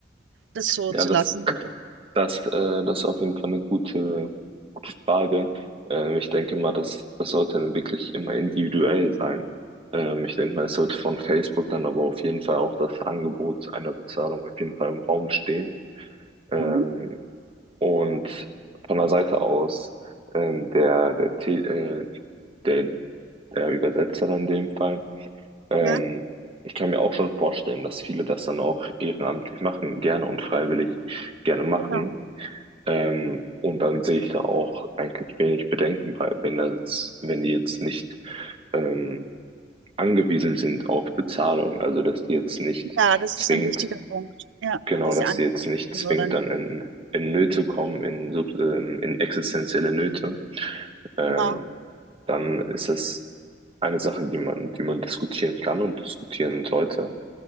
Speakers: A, on the right; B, on the right.
A: das so
B: Ja,
A: zu
B: das,
A: lassen.
B: das, äh, das ist auf jeden Fall eine gute, gute Frage. Ähm, ich denke mal, das, das sollte dann wirklich immer individuell sein. Ähm, ich denke mal, es sollte von Facebook dann aber auf jeden Fall auch das Angebot einer Bezahlung auf jeden Fall im Raum stehen. Ähm,
A: Mhm.
B: und von der Seite aus ähm, der, der, Te- äh, der, der Übersetzer in dem Fall. Ähm,
A: Ja,
B: ich kann mir auch schon vorstellen, dass viele das dann auch ehrenamtlich machen, gerne und freiwillig gerne machen.
A: genau.
B: Ähm, und dann sehe ich da auch eigentlich wenig Bedenken bei, wenn das jetzt, wenn die jetzt nicht ähm, angewiesen sind auf Bezahlung, also dass die jetzt nicht
A: Ja, das
B: zwingt,
A: ist ein wichtiger Punkt. Ja,
B: genau,
A: dass
B: dass
A: sie anbieten
B: die jetzt nicht zwingt,
A: oder nicht.
B: dann in, in Nöte kommen, in, sub- ähm, in existenzielle Nöte. Ähm,
A: Genau.
B: dann ist es eine Sache, die man, die man diskutieren kann und diskutieren sollte.